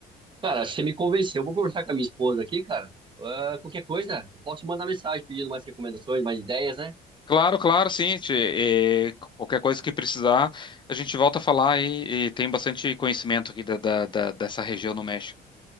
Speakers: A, on the right; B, on the left.
A: Cara, acho que você me convenceu. Eu vou conversar com a minha esposa aqui, cara. Ah, qualquer coisa, eu posso mandar mensagem pedindo mais recomendações, mais ideias, né?
B: Claro, claro, sim. Ti, eh, qualquer coisa que precisar, a gente volta a falar e, e tem bastante conhecimento aqui da, da, da- dessa região no México.